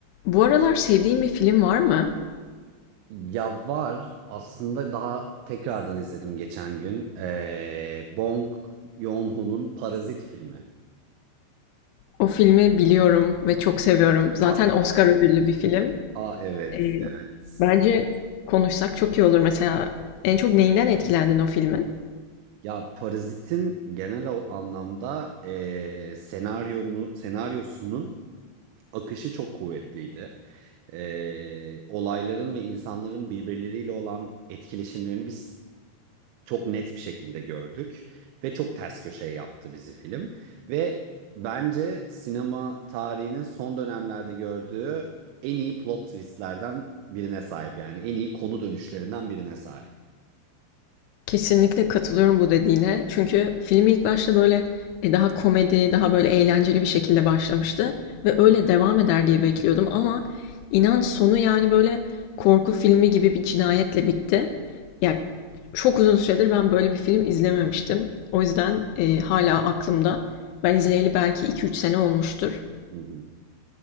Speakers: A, on the left; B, on the right.
A: Bu aralar sevdiğin bir film var mı?
B: Ya var aslında daha tekrardan izledim geçen gün. Ee, Bong Joon-ho'nun Parazit filmi.
A: O filmi biliyorum ve çok seviyorum. Zaten
B: Aa,
A: Oscar
B: iyi.
A: ödüllü bir film.
B: Aa evet,
A: Ee,
B: evet.
A: bence konuşsak çok iyi olur. Mesela en çok neyinden etkilendin o filmin?
B: Ya Parazit'in genel o- anlamda eee senaryonu, senaryosunun akışı çok kuvvetliydi. Eee, olayların ve insanların birbirleriyle olan etkileşimlerini biz çok net bir şekilde gördük ve çok ters köşe yaptı bizi film ve bence sinema tarihinin son dönemlerde gördüğü en iyi plot twistlerden birine sahip yani en iyi konu dönüşlerinden birine sahip.
A: Kesinlikle katılıyorum bu dediğine. Çünkü film ilk başta böyle, e, daha komedi, daha böyle eğlenceli bir şekilde başlamıştı ve öyle devam eder diye bekliyordum ama inan sonu yani böyle korku filmi gibi bir cinayetle bitti. Ya çok uzun süredir ben böyle bir film izlememiştim. O yüzden e, hala aklımda. Ben izleyeli belki 2-3 sene olmuştur.
B: Hı hı.